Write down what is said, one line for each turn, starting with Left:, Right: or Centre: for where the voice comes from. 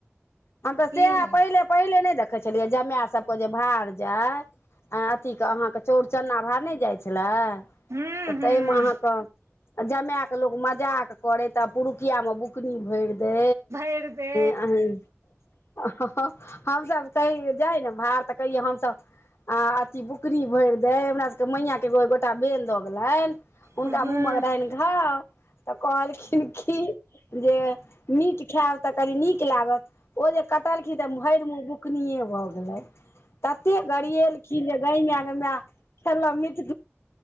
Left: हम तऽ सएह
Right: की हूँ
Left: पहिले पहिले नहि देखै छलियै जमा सभ को जे भार जाय अथी के अहाँकेँ चौरचना भार ने जाय छले
Right: हूँ
Left: तऽ
Right: हूँ
Left: ताहिमे अहाँकेँ आ जमाए कऽ लोक मजाक करै तऽ आब पुरुकियामे बुकनी भरि द
Right: खेल दे।
Left: हमसभ कह जाइ ने भार तऽ कहियै हमसभ आ अथी बकरी भरि। दे हमरा सभके मैया केगो गोटा बन दऽ गेलनि हुनका
Right: हूँ हूँ
Left: मुँह रहनि घाव तऽ कहलखिन कि जे मीट खायब तऽ कनी नीक लागत ओ जे कटलखिन तऽ भरि मे बुकनि भऽ गेलै तते गड़एलखिन जे गाय माय खेलहु मिट